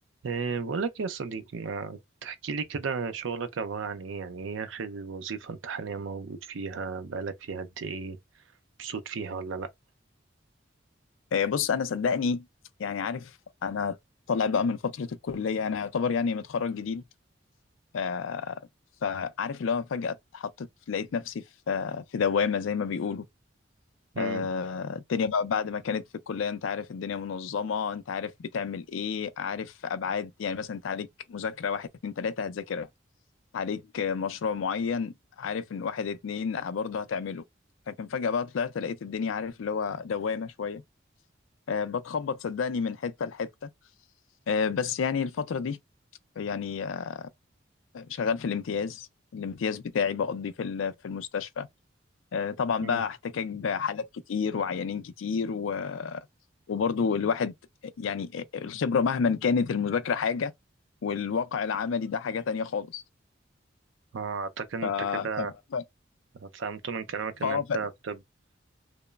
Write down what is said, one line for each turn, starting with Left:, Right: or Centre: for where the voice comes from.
Right: إيه، بقول لك يا صديقي ما تحكي لي كده شغلك عبارة عن ايه يعني ايه اخر وظيفة انت حاليا موجود فيها بقالك فيها قد ايه مبسوط فيها ولا لا
Left: آه، بص انا صدقني يعني عارف انا طالع بقى من فتره الكليه انا يعتبر يعني متخرج جديد ف... فعارف اللي هو فجاه اتحطيت لقيت نفسي في في دوامه زي ما بيقولوا
Right: امم
Left: آه، الدنيا بقى بعد ما كانت في الكليه انت عارف الدنيا منظمه انت عارف بتعمل ايه عارف ابعاد يعني مثلا انت عليك مذاكره واحد اتنين تلاته هتذاكرها عليك مشروع معين عارف ان واحد اتنين برضه هتعمله لكن فجاه بقى طلعت لقيت الدنيا عارف اللي هو دوامه شويه آه، بتخبط صدقني من حتة لحتة آه، بس يعني الفترة دي يعني آه، شغال في الامتياز الامتياز بتاعي بقضي في ال- في المستشفى آه، طبعا
Right: امم
Left: بقى احتكاك بحالات كتير وعيانين كتير و وبرضو الواحد يعني آه، الخبرة مهما كانت المذاكرة حاجة والواقع العملي ده حاجة تانية خالص
Right: اه اعتقد انت
Left: ف
Right: كده
Left: ف ف ف
Right: فهمت من كلامك ان
Left: اه،
Right: انت
Left: ف-
Right: في طب